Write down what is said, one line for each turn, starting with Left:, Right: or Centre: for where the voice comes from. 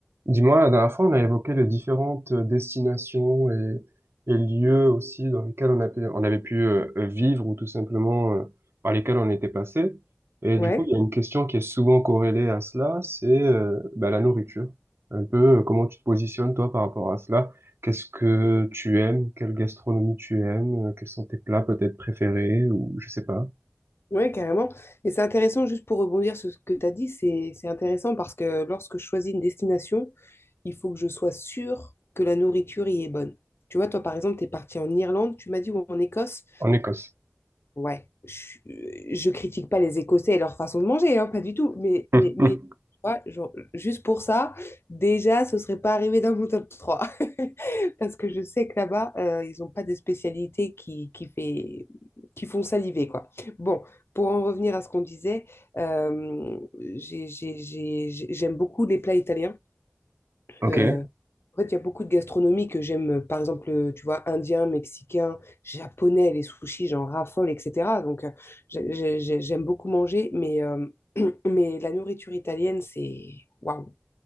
Right: Dis-moi, la dernière fois, on a évoqué les différentes euh, destinations et, et lieux aussi dans lesquels on a pu, on avait pu euh, vivre ou tout simplement euh, par lesquels on était passé. Et
Left: Ouais,
Right: du coup, il y a une question qui est souvent corrélée à cela, c'est euh, bah, la nourriture. Un peu, euh, comment tu te positionnes toi par rapport à cela? Qu'est-ce que tu aimes? Quelle gastronomie tu aimes? Euh, Quels sont tes plats peut-être préférés ou je sais pas,
Left: ouais, carrément. Et c'est intéressant, juste pour rebondir sur ce que tu as dit, c'est c'est intéressant parce que lorsque je choisis une destination, il faut que je sois sûre que la nourriture y est bonne. Tu vois, toi, par exemple, tu es parti en Irlande, tu m'as dit, ou en Écosse.
Right: en Écosse.
Left: Ouais, je, je critique pas les Écossais et leur façon de manger, hein, pas du tout, mais,
Right: <laughs>
Left: mais, mais tu vois, genre, juste pour ça, déjà, ce serait pas arrivé dans mon top 3. <laughs> Parce que je sais que là-bas, euh, ils ont pas des spécialités qui, qui fait, qui font saliver, quoi. Bon, pour en revenir à ce qu'on disait, euh, j'ai- j'ai- j'ai- j'ai- j'aime beaucoup les plats italiens.
Right: Ok.
Left: Euh, en fait, il y a beaucoup de gastronomie que j'aime, euh, par exemple, euh, tu vois, indien, mexicain, japonais, les sushis, j'en raffole, etc. Donc, euh, j'ai- j'ai- j'ai- j'aime beaucoup manger, mais, euh, <clears throat> mais la nourriture italienne, c'est... Waouh!